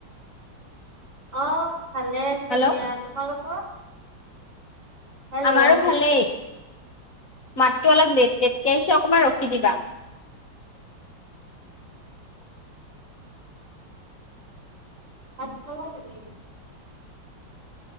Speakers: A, on the right; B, on the left.
A: অ', ভালে আছে
B: হেল্ল'
A: দিয়া। তোমালোকৰ? হেল্ল'
B: আমাৰো ভালেই। মাতটো অলপ লেট লেটকে আহিছে অকমান ৰ খি দিবা।
A: ভাত খালা <unintelligible>